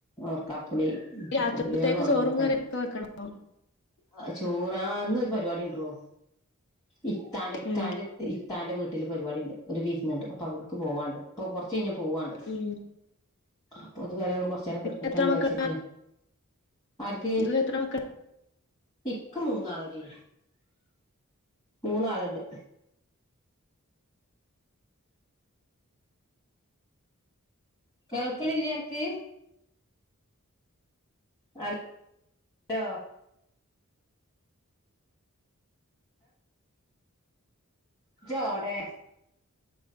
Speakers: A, on the left; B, on the left.
A: ഓർക്കാപുളി <unintelligible>
B: രാത്രിത്തേക്ക്
A: പുളിയാളും അതു
B: ചോറും
A: ഇതൊക്കെണ്ട്
B: കറിയൊക്കെ വെക്കണോ
A: അഹ് ചോറാ ന്ന് ഒരു പരിപാടി ഉണ്ടെടോ ഇത്താന്റെ ഇക്കാന്റെ
B: ഉം
A: ഇ ത്താന്റെ വീട്ടില് പരിപാടിണ്ട് ഒരു വിരുന്നുണ്ട് അപ്പൊ അവ്ടുക്ക് പോവാണ്ട് ഇപ്പൊ കൊറച്ച് കഴിഞ്ഞ പോവണ്ട്
B: ഉം
A: അപ്പൊ അത് വരെ ഒന്ന് കൊറച്ചേരം കെടക്കട്ടെന്നു
B: ഇങ്ങക്ക് എത്ര
A: വിചാരിച്ചിട്ട്
B: മക്കളാ
A: ആര്ക്ക്‌
B: ഇങ്ങക്ക് എത്ര മക്കളാ
A: ഇക്ക് മൂന്നാളെടീ മൂന്നാള്ണ്ട് കേൾക്ക്ണില്ലേ അനക്ക് ഹ-ലോ ഇജ്ജെവ്ടേ